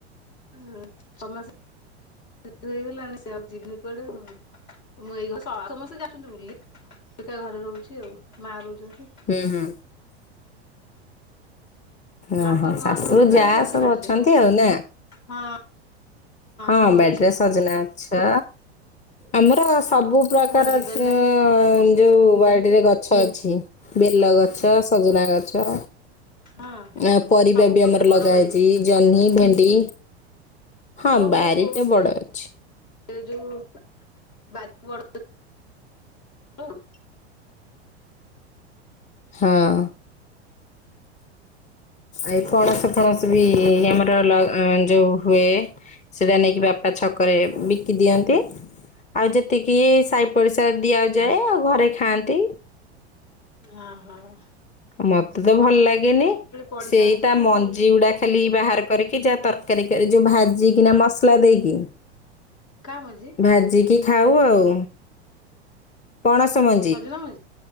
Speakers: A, on the left; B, on the left.
A: ଉଁ ସମସେ, ହେଇଗଲାଣି ସେ ଆଉ ଯିବିନି କୁଆଡ଼େ ହୁଁ ମୁଁ ଏଇ ଘ ସମସ୍ତେ ଯାଉଛନ୍ତି ବୁଲି, ସେଟା ଘରେ ରହୁଛି ଆଉ ମା ରହୁଛନ୍ତି,
B: ହୁଁ-ହୁଁ, ଓହୋ
A: ଆପଣଙ୍କର କଣ
B: ଶାଶୁ
A: ଆପଣ ସଜନା
B: ଯା
A: ଗଛ ଅଛି
B: ସବୁ
A: ବାଡିରେ
B: ଅଛନ୍ତି ଆଉ ନା,
A: ହଁ,
B: ହଁ
A: ସବୁ
B: ବ୍ୟାଟରେ
A: ଅଛ
B: ସଜନା ଗଛ, ଆମର ସବୁ
A: ଆଉ
B: ପ୍ରକାର
A: କୁଆଡେ ଯିବାର
B: ଯ
A: ନାହିଁ ଏଇଠି ଏଇନାକେ ବସନ୍ତୁ
B: ଯୋଉ ବାଡ଼ିରେ ଗଛ୍, ଟ ଅଛି ବେଲ ଗଛ ସଜନା ଗଛ,
A: ହଁ
B: ଆ ପରିବା
A: ସବୁ
B: ବି
A: ପ୍ରକାର
B: ଆମର
A: ବଡ
B: ଲଗା
A: ବାରି
B: ହେଇଛି
A: ବୋଧେ
B: ଜହ୍ନି ଭେଣ୍ଡି, ହଁ
A: ଓହୋ
B: ବାରିଟେ
A: କହୁଥିଲେ,
B: ବଡ ଅଛି।
A: ସେ ଯୋଉ ବାଜି <inaudible>
B: ହଁ, ଆ ପଣସ ଫଣସ ବି ଇଏ ଆମର ଲଗାନ୍ ଯୋଉ ହୁଏ, ସେଟା ନେଇକି ବାପା ଛକରେ ବିକି ଦିଅନ୍ତି, ଆଉ ଯେତିକି ସାହି ପରିସା ଦିଆଯାଏ ଆଉ ଘରେ ଖାଆନ୍ତି,
A: ହଁ-ହଁ,
B: ମତେ ତ ଭଲ ଲାଗେନି
A: ପଡିଶା
B: ସେଇ
A: ଘରେ
B: ତା ମଞ୍ଜି
A: ଟିକେ
B: ଗୁଡ଼ାକ୍, ଖାଲି ବାହାର କରିକି ଯାହା ତରକାରୀ କରି ଯୋଉ ଭାଜିିକିନା ମସଲା ଦେଇକି,
A: କାଁ ମଝି?
B: ଭାଜିକି ଖାଉ ଆଉ, ପଣସ ମନ୍
A: ସଜନା ମଞ୍ଜି